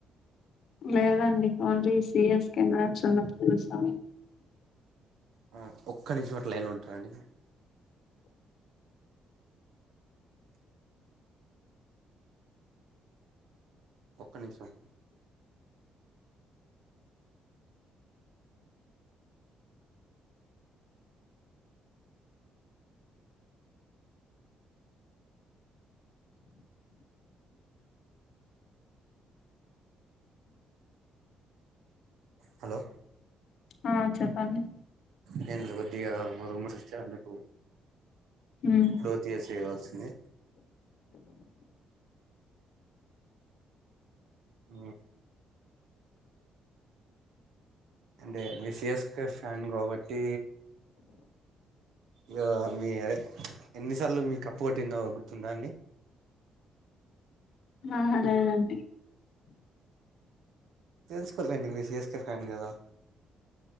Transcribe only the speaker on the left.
లేదండి ఓన్లీ సిఎస్కె మ్యాచ్ ఉన్నప్పుడు చూస్తా
ఆ చెప్పండి
ఉమ్
ఆ లేదండి